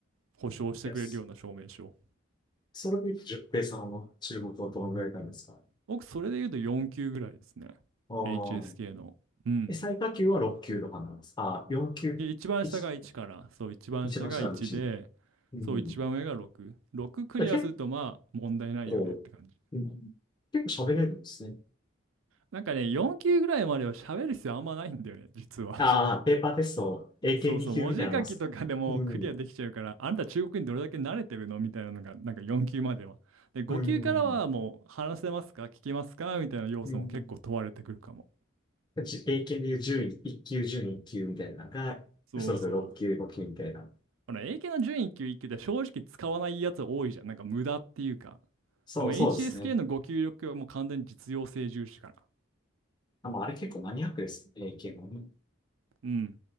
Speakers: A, on the right; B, on the left.
A: 保証してくれるような証明書。
B: いし。そそれで、十平さんは中国はどのぐらいなんですか
A: 僕、それで言うと4級ぐらいですね。
B: ああー。
A: HSK の。うん。
B: え、最下級は6級とかなんです。ああ、4級。
A: い一番下が1から、
B: 一、
A: そう、一番下が1で、
B: 一番下がうち。うん。
A: そう、一番上が6。6クリアすると、
B: だから結
A: まあ、問題ないよねって感じ。
B: こううん結構喋れるんですね。
A: なんかね、4級ぐらいまでは喋る必要あんまないんだよね、実は。
B: ああ、
A: <laughs>
B: ペーパーテスト、AK2
A: そうそう、
B: 級みたいなもんです。
A: 文字書きとかでもクリアできちゃうから、
B: うん、
A: あんた中国にどれだけ慣れてるのみたいなのが、なんか4級までは。で、5級からはもう、
B: うん、
A: 話せますか聞けますかみたいな要素も結構問われてくるかも。
B: うん。じ AK でいう10 1級、10 1級みたいなのが、
A: そうそう。
B: それぞれ6級、5級みたいな。
A: ほら、英検の準1級1級って正直使わないやつ多いじゃん。なんか無駄っていうか。
B: そう、
A: でも
B: そうですね。
A: HSK のご給力はもう完全に実用性重視かな。
B: あ、まあ、あれ結構マニアックです。AK もね。
A: うん。